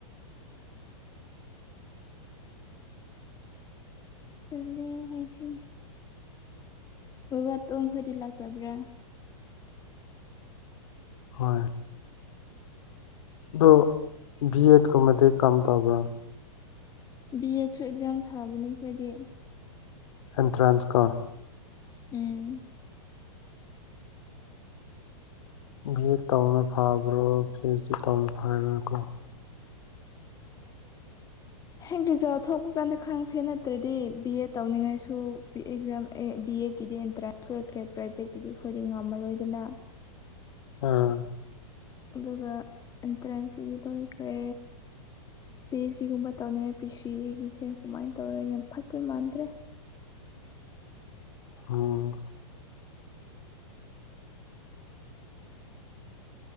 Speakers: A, on the left; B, on the left.
A: ꯆꯂꯦ ꯍꯥꯏꯁꯤꯅꯤ ꯕꯕꯥ ꯇꯨꯡ ꯈꯣꯏꯗꯤ ꯂꯥꯛꯇꯕ꯭ꯔꯥ
B: ꯍꯣꯏ ꯗꯣ ꯕꯤ ꯑꯦꯠ ꯀꯃꯗꯤ ꯀꯝ ꯇꯥꯕ꯭ꯔꯥ
A: ꯕꯤ ꯑꯦꯗꯁꯨ ꯑꯦꯛꯖꯥꯝ ꯊꯥꯕꯅꯤ ꯑꯩꯈꯣꯏꯗꯤ
B: ꯑꯦꯟꯇ꯭ꯔꯥꯟꯁꯀꯥ
A: ꯎꯝ
B: ꯚ ꯇꯧꯅ ꯐꯕ꯭ꯔꯣ ꯐꯚꯁꯤ ꯇꯧꯅ ꯐꯔꯅꯀꯣ
A: ꯍꯦꯛ ꯔꯤꯖꯥꯜ ꯊꯣꯛꯄ ꯀꯥꯟꯗ ꯈꯪꯁꯦ ꯅꯠꯇ꯭ꯔꯗꯤ ꯕꯤ ꯑꯦ ꯇꯧꯅꯤꯡꯉꯥꯏꯁꯨ ꯑꯦꯛꯖꯥꯝ ꯑꯦ ꯕꯤ ꯑꯦ ꯗꯤ ꯑꯦꯟꯇ꯭ꯔꯥꯟꯁ ꯂꯈ꯭ꯔꯦ ꯄ꯭ꯔꯥꯏꯚꯦꯠꯀꯤꯗꯤ ꯑꯩꯈꯣꯏꯗꯤ ꯉꯝꯃꯔꯣꯏꯗꯅ
B: ꯑꯥ
A: ꯑꯗꯨꯒ ꯑꯦꯟꯇ꯭ꯔꯦꯟꯁꯀꯤꯗꯤ ꯂꯣꯏꯈ꯭ꯔꯦ ꯄꯤ ꯑꯩꯆ ꯁꯤꯒꯨꯝꯕ ꯇꯧꯅꯤꯡꯉ ꯄꯤ ꯁꯤ ꯑꯦꯒꯤꯁꯦ ꯀꯃꯥꯏꯅ ꯇꯧꯔ ꯌꯥꯝ ꯐꯠꯇꯣꯏ ꯃꯥꯟꯗ꯭ꯔꯦ
B: ꯑꯣꯝ